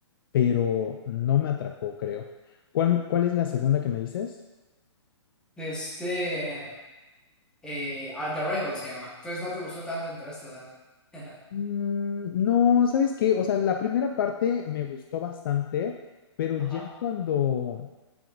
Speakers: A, on the left; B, in the centre.
A: pero no me atrapó, creo. ¿Cuál, cuál es la segunda que me dices?
B: De este, eh, ah, The Arrival se llama. Entonces no te gustó tanto Interstellar. <laughs>
A: Mm, No, ¿sabes qué? O sea, la primera parte me gustó bastante, pero
B: Ajá,
A: ya cuando,